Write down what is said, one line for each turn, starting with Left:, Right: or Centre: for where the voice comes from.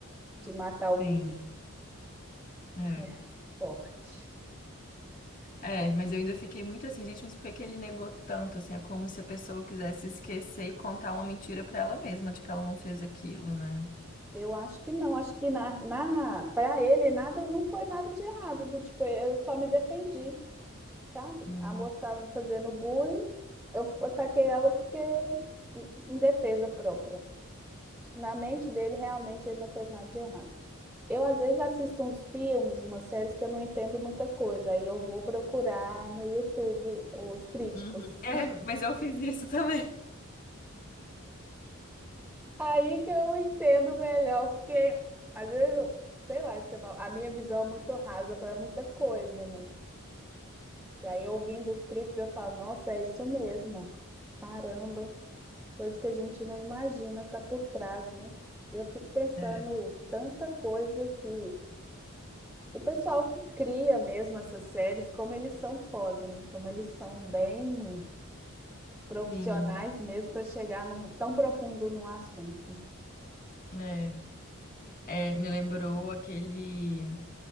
Centre: De matar o bicho.
Left: sim. é
Centre: É forte.
Left: É, mas eu ainda fiquei muito assim, gente, mas por que que ele negou tanto? Assim, é como se a pessoa quisesse esquecer e contar uma mentira pra ela mesma de que ela não fez aquilo, né?
Centre: Eu acho que não, acho que na, na, para ele nada, não foi nada de errado, do tipo, eu só me defendi, sabe?
Left: Hum.
Centre: A moça estava me fazendo bullying, eu fo- ataquei ela porque em em defesa própria. Acho que na mente dele realmente ele não fez nada de errado. Eu, às vezes, assisto uns filmes, umas séries que eu não entendo muita coisa. Aí eu vou procurar no YouTube os críticos.
Left: Uhum. É,
Centre: <laughs>
Left: mas eu fiz isso também.
Centre: Aí que eu entendo melhor, porque às vezes, eu, sei lá, acho que eu não- a minha visão é muito rasa para muita coisa, né? E aí, ouvindo os críticos, eu falo, nossa, é isso mesmo. Caramba, coisa que a gente não imagina tá por trás, né? E Eu fico pensando
Left: É.
Centre: tanta coisa que O pessoal que cria mesmo essas séries, como eles são foda, né? Como eles são bem profissionais
Left: Sim,
Centre: mesmo para chegar num, tão profundo no assunto.
Left: é, É, me lembrou aquele.